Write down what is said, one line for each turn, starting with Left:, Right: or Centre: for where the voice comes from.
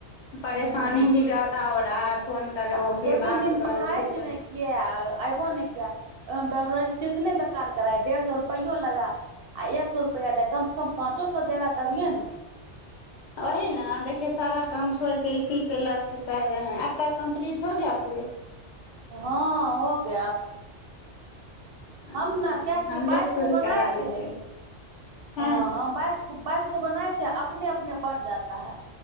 Left: परेशानी
Right: हम्म
Left: भी ज्यादा हो रहा है फोन करो
Right: हम
Left: फिर
Right: दो तीन
Left: बात
Right: दिन
Left: करो
Right: पढ़ाई
Left: फिर
Right: भी
Left: कोछ
Right: नहि किए आ अयबो नहि किया रजिस्ट्रेशने बेकार कराये डेढ़ सए रुपैयो लगा आ एक सए रुपैआ दै कम से कम पाँचो सौ देगा तभीये ने
Left: ओही ने देखिये सारा काम छोड़के इसी पे लग के कर रहे हैं आबका कम्प्लीट हो गया पूरे
Right: हँ हो गया
Left: हाँ
Right: हम ने क्या किये
Left: हम लोग
Right: बाइस
Left: को
Right: गो
Left: भी
Right: बनाएथे
Left: करा दीजिए हाँ
Right: हँ बाइस बाइस गो बनाएे अपने अपने बढ़ जाता है